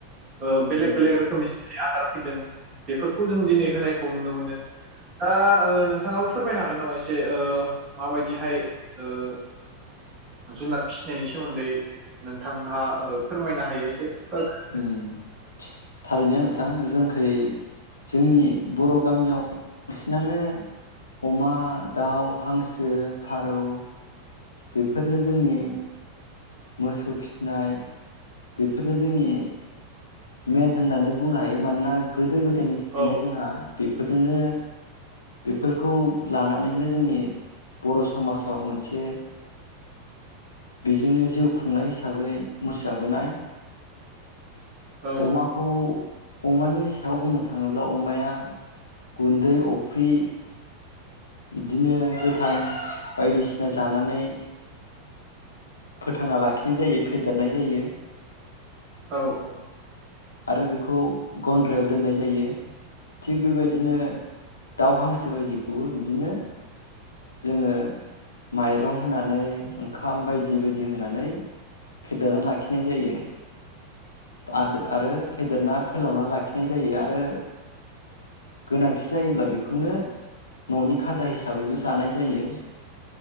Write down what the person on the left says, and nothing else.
उम
उम थारैनो नोंथां जोंखै जोंनि बर' गामियाव बांसिनानो अमा, दाउ, हांसो, फारौ बेफोरनो जोंनि मोसौ फिनाय बेफोरनो जोंनि मेन होननानै बुंनो हायो मानोना गोदो गोद गोदोनिफ्रायनो
जोंहा बेफोरजोंनो बेफोरखौ लानानैनो जोंनि बर' समाव मोनसे बेजोंनो जिउ खुंनाय हिसाबै मुसा बोनाय
अमाखौ अमानि सायाव बुंनो थाङोब्ला अमाया गुन्दै अफ्रि बिदिनो गोथां बायदिसिना जानानै फोथांना लाखिनाय जायो फेदेरनाय जायो
आरो बेखौ गन्द्रायाव दोननाय जायो थिग बेबायदिनो दाउ हांसो बायदिखौबो बिदिनो जोङो माइरं होनानै ओंखाम बायदि बायदि होनानै फेदेरनानै लाखिनाय जायो आदो आरो फेदेरना फोलावना लाखिनाय जायो आरो गोनांथि जायोब्ला बेखौनो न'नि खाजा हिसाबैबो जानाय जायो।